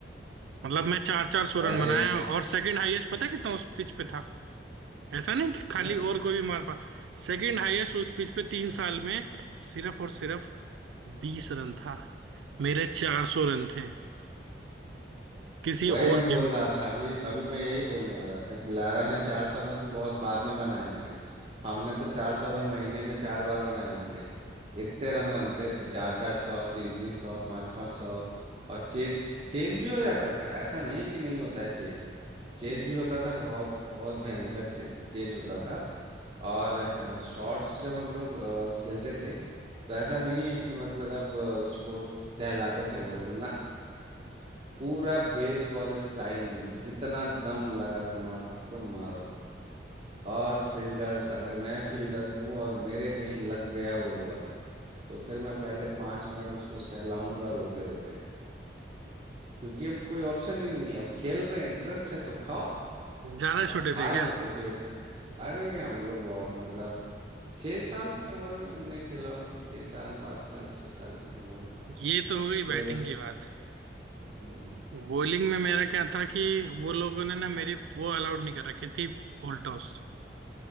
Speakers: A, on the right (about 85°); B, on the right (about 30°).
A: मतलब मैं चार चार सौ रन
B: अरे
A: बनाया और सेकंड हाईएस्ट पता है कितना उस पिच पे था ऐसा नहीं कि खाली
B: ना
A: और कोई भी मार पा सेकंड हाईएस्ट उस पिच पे तीन साल में सिर्फ और सिर्फ बीस रन था मेरे चार सौ रन थे किसी
B: वही मैं
A: और
B: बोल
A: के मतलब
B: रहा था अभी अभी मैं यही बोलने वाला था कि लारा ने चार सौ रन तो बहुत बाद में बनाए होंगे हमने तो चार सौ रन महीने में चार बार बनाए होंगे इतने रन बनते थे चार चार सौ तीन तीन सौ पाँच पाँच सौ और चेज चेज भी हो जाता था ऐसा नहीं कि नहीं होता है चेज चेज भी होता था बहुत बहुत भयंकर चे, चेज होता था और हाँ, शॉट्स जब हम लोग अ, खेलते थे तो ऐसा नहीं है कि मतलब अ, उसको दहलाते थे बोल कर ना, पूरा बेसबॉल स्टाइल में जितना दम लगा के मार सकते हो मारो और फील्डर्स अगर मैं फील्डर हूँ और मेरे कहीं लग गया वो बॉल तो फिर मैं पहले पांच मिनट उसको सहलाऊंगा रोते रोते क्योंकि अब कोई ऑप्शन ही नहीं है अब खेल
A: <laughs>
B: रहे हैं, इंटरेस्ट है तो खाओ
A: ज्यादा
B: और
A: छोटे
B: खाए
A: थे क्या
B: हो तो फिर अरे हम लोग बहुत मतलब छह साल की उम्र में हमने खेला होगा छह साल पाँच साल छह साल की उम्र में
A: ये तो हो गई
B: फिर
A: बैटिंग की बात
B: हम्म
A: बॉलिंग में मेरा क्या था कि वो लोगों ने ना मेरी वो अलाउड नहीं कर रखी थी फुल टॉस